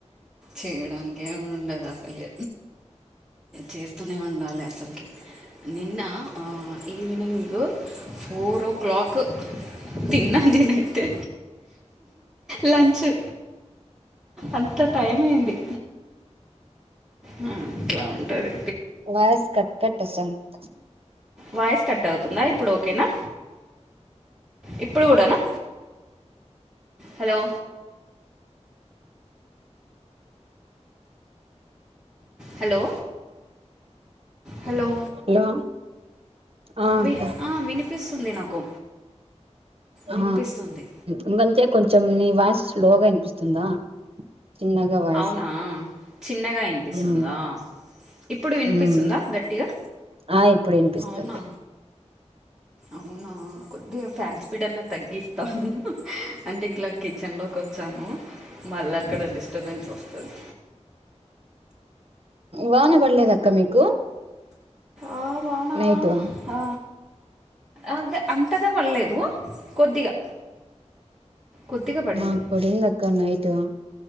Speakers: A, in the centre; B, on the right.
A: చేయడానికిే ఏమీ ఉండదు ఇగ చేస్తూనే ఉండాలి అసలుకి నిన్న ఆ ఈవనింగ్ ఫోర్ ఓ క్లాక్ తిన్న నినైతే లుంచూ అ ఇంత టైం అయింది మ్ ఇట్లా ఉంటది
B: వాయిస్ కట్క కట్ వస్తది అంత
A: వాయిస్ కట్ అవుతుందా ఇప్పుడు ఓకేనా ఇప్పుడు కూడానా హలో హలో హలో
B: హలో ఆ
A: వి
B: అక్క
A: ఆ వినిపిస్తుంది నాకు
B: ఆ
A: వినిపిస్తుంది
B: ఎందుకంటే కొంచెం నీ వాస్ స్లోగా వినిపిస్తుందా చిన్నగా వాయిస్
A: అవునా చిన్నగా వినిపిస్తుందా
B: ఉమ్
A: ఇప్పుడు వినిపిస్తుందా
B: ఉమ్
A: గట్టిగా
B: ఆ ఇప్పుడు వినిపిస్తుంది
A: అవునా అవునా కొద్దిగా ఫ్యాన్ స్పీడ్ అన్నా తగ్గిస్తాను అంటే ఇట్లా కిచెన్లోకి వచ్చాను మళ్ళీ అక్కడ డిస్టబెన్స్ వస్తాది
B: వాన పడలేదక్క మీకు
A: ఆ వానా
B: నైటు
A: ఆ అంతే అంతగా పడలేదు కొద్దిగా కొద్దిగా పడింది
B: మాకు పడింద్క్క నైట్